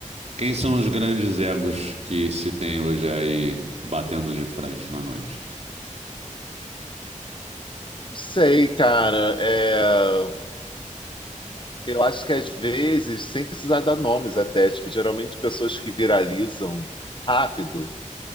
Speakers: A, on the right; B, on the left.
A: quem são os grandes egos que se tem hoje aí batendo de frente na noite?
B: Não sei, cara. É, Eu acho que às vezes, sem precisar dar nomes até, tipo, geralmente pessoas que viralizam rápido